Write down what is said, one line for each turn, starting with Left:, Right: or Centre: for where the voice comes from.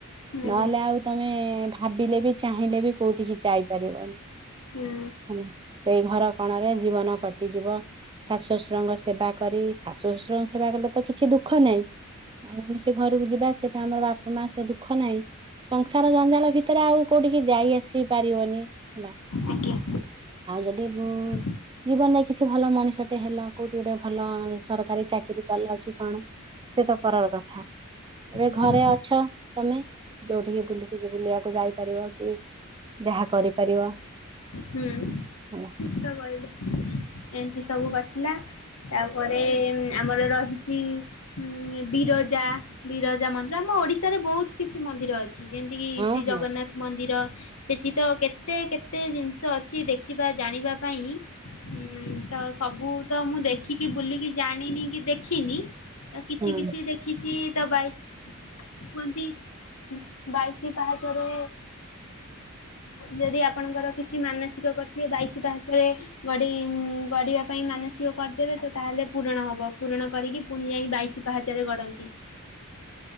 Left: ହୁଁ
Right: ନହେଲେ
Left: ଆଜ୍ଞା
Right: ଆଉ ତମେ ଭାବିଲେ ବି ଚାହିଁଲେ ବି କୋଉଠିିକି ଯାଇପାରିବନି।
Left: ହୁଁ
Right: ହେଲା ସେଇ ଘର କଣରେ ଜୀବନ କଟିଯିବ। ଶାଶୁ ଶଶୁରଙ୍କ ସେବା କରି ଶାଶୁ ଶଶୁରଙ୍କ ସେବା କଲେ ତ କିଛି ଦୁଃଖ ନାହିଁ। ଆଉ ଆ ସେ ଘରକୁ ଯିବା ସିଏ ତ ଆମର ବାପା ମା ସେ ଦୁଃଖ ନାହିଁ ସଂସାର ଜଞ୍ଜାଳ ଭିତ ଏଥିରେ ଆଉ କୋଉଠିକି ଯାଇ ଆସି ପାରିବନି। ହେଲା
Left: ଆଜ୍ଞା।
Right: ଆଉ ଯଦିଁ
Left: ହୁଁ
Right: ଉଁ
Left: ଆଜ୍ଞା
Right: ଜୀବନରେ କିଛି ଭଲ ମଣିଷଟେ ହେଲ କୋଉଠି ଗୋଟେ ଭଲ ସରକାରୀ ଚାକିରି କଲ କି କଣ ସେ ତ ପରର କଥା। ଏବେ
Left: ହୁଁ
Right: ଘରେ ଅଛ ତମେ ଯୋଉଠିକି ବୁଲିକି ବୁଲିବାକୁ ଯାଇପାରିବ। କି ଯାହା କରିପାରିବ।
Left: ହୁଁ
Right: ହେଲା।
Left: ଠିକ ତ କହିଲେ ଏମିତି ସବୁ କଟିଲା। ତାପରେ ଆମର ରହିଛି ଉଁ ବିରଜା ବିରଜା ମନ୍ଦିର ଆମ ଓଡିଶାରେ ବହୁତ କିଛି ମନ୍ଦିର ଅ ଛି ଯେମତିକି
Right: ହଁ
Left: ଶ୍ରୀ
Right: ହଁ।
Left: ଜଗନ୍ନାଥ ମନ୍ଦିର ସେଠି ତ କେତେ କେତେ ଜିନ ତ ଅଛି ଦେଖିବା ଜାଣିବା ପାଇଁ? ଉଁ ତ ସବୁ ତ ମୁଁ ଦେଖିକି ବୁଲିକି ଜାଣିନି କି ଦେଖିନି। ଆ କିଛି
Right: ହୁଁ
Left: କିଛି ଦେଖିଛି ଦବାଇସ କୁହନ୍ତି। ବାଇଶି ପାହାଚରେ ଯଦି ଆପଣଙ୍କର କି କିଛି ମାନସିକ କରିଥିବେ ବାଇଶ ପାଞ୍ଚରେ ଗଡ଼ି ଉଁ ଗଡ଼ିବା ପାଇଁ ମାନସିକ କରିଦେବେ ତ ତାହେଲେ ପୂରଣ ହବ ପୂରଣ କରିକି ପୁଣି ଯାଇ ବାଇଶ ପାହାଚରେ ଗଡ଼ନ୍ତି।